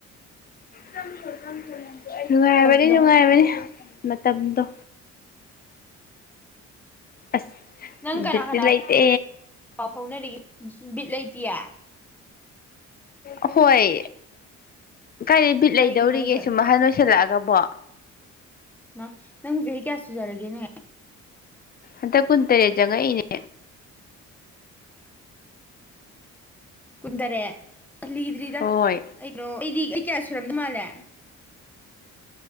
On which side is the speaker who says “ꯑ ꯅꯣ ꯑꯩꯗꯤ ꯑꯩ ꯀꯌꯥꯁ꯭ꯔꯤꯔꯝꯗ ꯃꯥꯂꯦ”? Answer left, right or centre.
Centre